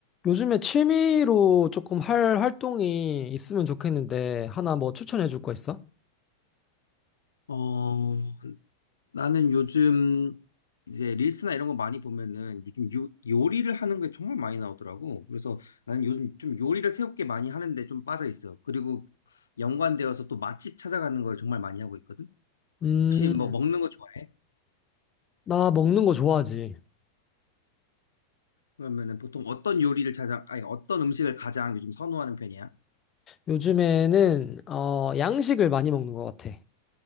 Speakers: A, on the left; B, on the left.
A: 요즘에 취미로 조금 할 활동이 있으면 좋겠는데, 하나 뭐 추천해 줄 거 있어?
B: 어, 나는 요즘 이제 릴스나 이런 거 많이 보면은 요즘 요, 요리를 하는 게 정말 많이 나오더라고. 그래서 나는 요즘 좀 요리를 새롭게 많이 하는데 좀 빠져 있어. 그리고 연관되어서 또 맛집 찾아가는 걸 정말 많이 하고 있거든.
A: 음,
B: 혹시 뭐 먹는 거 좋아해?
A: 나 먹는 거 좋아하지.
B: 그러면은 보통 어떤 요리를 찾아, 아니 어떤 음식을 가장 요즘 선호하는 편이야?
A: 요즘에는, 어, 양식을 많이 먹는 것 같아.